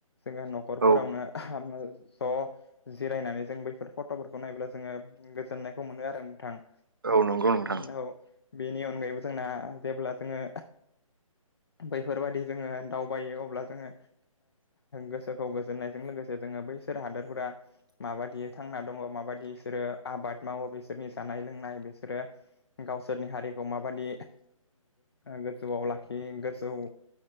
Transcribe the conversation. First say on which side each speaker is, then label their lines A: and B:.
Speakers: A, on the left; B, on the right.
A: जोङो न'खरफोरावनो
B: औ
A: ज' जिरायनानै जों बैफोर फट'फोरखौ नायब्ला जोङो गोजोननायखौ मोनो आरो नोंथां
B: औ नंगौ नोंथां
A: औ बेनि अनगायैबो जोंना जेब्ला जोङो
B: <inaudible>
A: बैफोरबायाददि जोङो दावबायो अब्ला जोङो गोसोखौ गोजोननायजों लोगोसे जोङो बै बिसोर हादोरफोरा माबा थांना दङ माबाददि बिसोरो आबाद मावो बिसोरनि जानाय लोंनाय बिसोरो गावसोरनि हारिखौ माबादि गोजौआव लाखि गोजौ